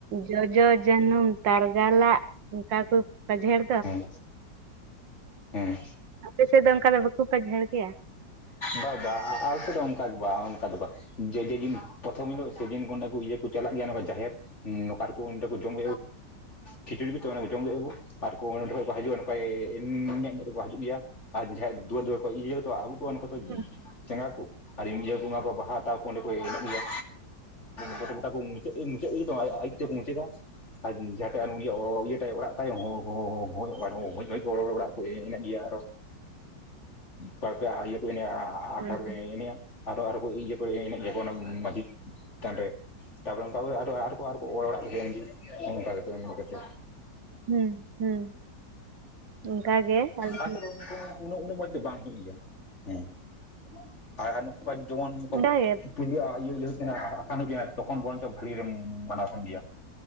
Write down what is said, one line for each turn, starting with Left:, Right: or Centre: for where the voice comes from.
Right: ᱡᱚᱡᱚ ᱡᱟᱹᱱᱩᱢ ᱛᱟᱨᱜᱟᱞᱟᱜ ᱚᱝᱠᱟ ᱠᱚ ᱯᱟᱡᱷᱮᱲ
Left: <unintelligible> ᱦᱩᱸ
Right: ᱟᱯᱮ ᱥᱮᱫ ᱫᱚ ᱚᱝᱠᱟ ᱫᱚ ᱵᱟ ᱠᱩ ᱯᱟᱡᱷᱮᱲ ᱜᱮᱭᱟ
Left: ᱵᱟ-ᱵᱟ ᱟᱞᱮ ᱥᱮ ᱫᱚ ᱚᱝᱠᱟ ᱫᱚ ᱵᱟ ᱚᱱᱠᱟ ᱫᱚ ᱵᱟ ᱡᱮᱫᱤᱱ ᱯᱨᱚᱛᱷᱚᱢ ᱦᱤᱞᱚᱜ ᱥᱮᱫᱤᱱ ᱚᱸᱰᱮ ᱠᱩ ᱤᱭᱟᱹ ᱠᱩ ᱪᱟᱞᱟᱜ ᱜᱮᱭᱟ ᱡᱟᱦᱮᱨ ᱱᱚᱠᱟᱨ ᱠᱩ ᱚᱰᱮᱸ ᱠᱩ ᱡᱚᱢ ᱠᱷᱤᱪᱩᱲᱤ ᱛᱚ ᱚᱱᱟ ᱠᱩ ᱡᱚᱢ ᱠᱮ ᱜᱤᱠᱩ ᱟᱨ ᱠᱚ ᱚᱸᱰᱮ ᱠᱷᱚᱡ ᱠᱚ ᱦᱤᱡᱩᱜᱼᱟ ᱱᱚᱝᱠᱟᱭ ᱤᱧ ᱧᱮᱡ ᱛᱮᱠᱚ ᱦᱤᱡᱩᱜ ᱜᱮᱭᱟ ᱟᱨ ᱡᱟᱦᱟᱸᱭ ᱫᱩᱣᱟᱹᱨ-ᱫᱩᱣᱟᱹᱨ ᱠᱚ ᱤᱭᱟᱹ ᱠᱚᱛᱚ ᱟᱜᱩ ᱠᱚᱣᱟ ᱩᱱᱠᱩ
Right: ᱦᱩᱸ
Left: ᱡᱟᱸᱜᱟ ᱠᱚ ᱟᱨ ᱤᱭᱟᱹ ᱵᱚᱸᱜᱟ ᱠᱚ ᱵᱟᱦᱟ ᱦᱟᱛᱟᱣ ᱠᱚ ᱚᱸᱰᱮ ᱠᱚ ᱮᱱᱮᱡ ᱜᱮᱭᱟ ᱜᱚᱴᱟ ᱜᱚᱴᱟ ᱠᱚ ᱢᱩᱪᱟᱹᱫ-ᱢᱩᱪᱟᱹᱫᱚ ᱟᱡ ᱢᱩᱪᱟᱹᱫ ᱢᱩᱪᱟᱹᱫᱚᱜ-ᱟ᱾ ᱟᱨ ᱡᱟᱦᱟᱸᱴᱷᱟᱜ ᱩᱱᱤᱭᱟᱜ ᱤᱭᱟᱹ ᱛᱟᱭ ᱚᱲᱟᱜ ᱛᱟᱭᱚᱸ ᱦᱚᱸᱭ ᱠᱚ ᱚᱲᱟᱜ- ᱚᱲᱟᱜ ᱠᱚ ᱮᱱᱮᱡ ᱜᱮᱭᱟ ᱟᱨᱚ ᱵᱟᱨ-ᱯᱮ ᱟᱴᱟᱞ
Right: ᱦᱩᱸ
Left: ᱠᱚ ᱮᱱᱮᱡ-ᱟ ᱟᱫᱚ ᱟᱨᱚ ᱠᱚ ᱤᱭᱟᱹ ᱠᱚ ᱮᱱᱮᱡ ᱜᱮᱭᱟᱠᱚ ᱚᱱᱟ ᱢᱟᱺᱡᱷᱤ ᱛᱷᱟᱱ ᱨᱮ ᱛᱟᱯᱚᱨᱮ ᱚᱝᱠᱟ ᱟᱨ ᱟᱨ ᱠᱚ ᱚᱲᱟᱜ ᱦᱩᱭᱮᱡᱮᱱ ᱜᱮ ᱱᱚᱝᱠᱟ ᱠᱟᱛᱮᱫ ᱢᱮᱱ ᱠᱟᱛᱮ
Right: ᱦᱩᱸ-ᱦᱩᱸ ᱚᱝᱠᱟᱜ ᱜᱮ ᱟᱞᱮ
Left: ᱟᱥᱮ
Right: ᱦᱚᱸ
Left: ᱫᱚ ᱩᱱᱟᱹᱜ ᱢᱚᱡᱽ ᱫᱚ ᱵᱟᱝ ᱦᱩᱭᱩᱜ ᱜᱮᱭᱟ ᱡᱩᱣᱟᱹᱱ ᱠᱚ
Right: ᱚᱱᱠᱟ ᱜᱮ
Left: ᱤᱭᱟᱹ ᱦᱩᱭᱩᱜ ᱟᱠᱟᱱ ᱦᱩᱭᱩᱜ-ᱟ ᱟᱥᱟᱢᱤ ᱠᱟᱱᱟᱭ ᱛᱚᱠᱷᱚᱱ ᱵᱚᱱᱪᱚᱜ ᱵᱷᱟᱹᱟᱹᱜᱤ ᱨᱮᱢ ᱢᱟᱱᱟᱣ ᱠᱟᱱ ᱜᱮᱭᱟ